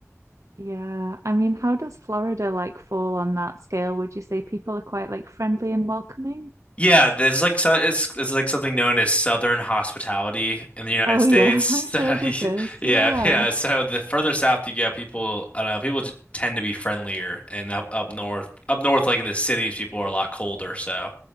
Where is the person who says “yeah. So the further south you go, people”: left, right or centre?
Left